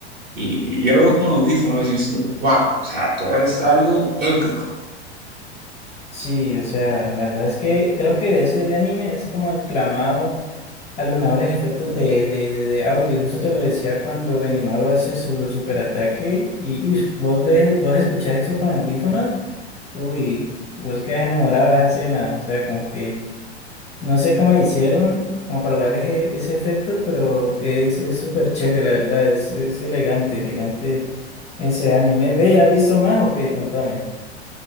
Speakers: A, on the right; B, on the left.
A: Y yo lo veo con audífonos y diciendo, wow, o sea, todo es algo épico.
B: Sí, o sea, la verdad es que creo que ese anime es como el clamado a los mejores efectos de, de, de, de audio. Justo te lo decía cuando Benimaru hace su superataque y uy, vos ves, vos escuchás eso con audífonos, uy, vos quedas enamorado de esa escena. O sea, como que no sé cómo le hicieron como para lograr ese, ese efecto, pero es, es súper chévere, la verdad, es, es elegante, elegante ese anime. Ve, ¿has visto más o qué? Contame.